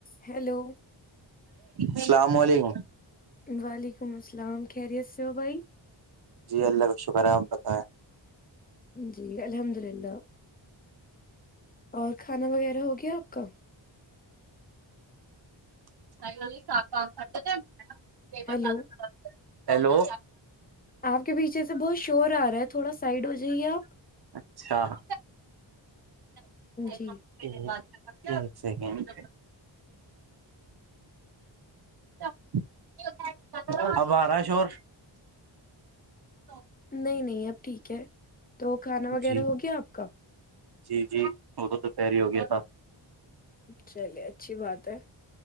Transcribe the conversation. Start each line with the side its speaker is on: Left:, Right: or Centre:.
Left: ہیلو
Right: السلام علیکم
Left: وعلیکم السلام کہہریی سے ہو بھائی
Right: جی اللہ کا شکر ہے آپ بتائیں
Left: جی الحمد للہ اور کھانا وغیرہ ہو گیا آپ کا
Right: <inaudible> <unintelligible>
Left: ہیلو
Right: ہیلو
Left: آپ کے پیچھے سے بہت شور آ رہا ہے تھوڑا سائڈ ہو جائیے آپ
Right: اچھااں <inaudible> ایک
Left: جی
Right: سیکنڈ <unintelligible>
Left: نہیں نہیں اب ٹھیک ہے تو کھانا وغیرہ
Right: جی
Left: ہو گیا آپ کا
Right: جی جی وہ تو دوپہر ہو گیا تھا
Left: چلیے اچھی بات ہے